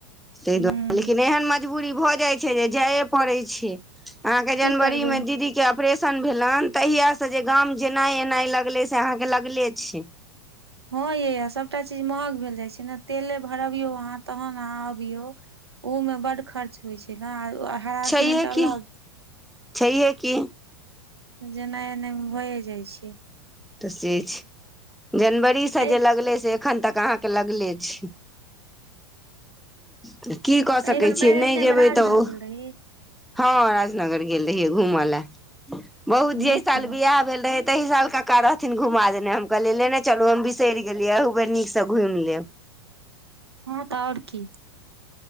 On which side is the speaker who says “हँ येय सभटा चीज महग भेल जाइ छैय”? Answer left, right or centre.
Right